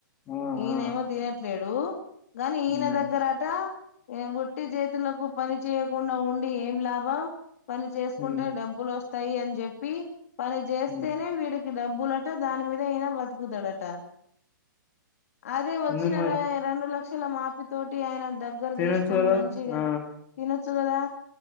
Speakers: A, on the left; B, on the left.
A: ఆ
B: ఈయనేమో
A: ఆ
B: తినట్లేడు. హలో గాని ఈయన
A: హ్మ్
B: దగ్గరట ఏం ఒట్టి చేత్ తులకు పని చేయకుండా ఉండి ఏం లాభం. పని చేసుకుంటే
A: హ్మ్
B: డబ్బులు వస్త్ వస్తాయి అని చెప్పి. పని చేస్తేనే
A: హ్మ్
B: వీడిక్ డబ్బులట దాని మీద ఈయన బతుకుతాడట. అదే వచ్చిన
A: ఎందుకమ్మా
B: రె రెండు లక్షలు. ఇల మాపితోటి ఆయన దగ్గర
A: తినొచ్చు
B: తీసుకొని
A: కదా
B: మంచిగా
A: ఆ
B: తినచ్ కదా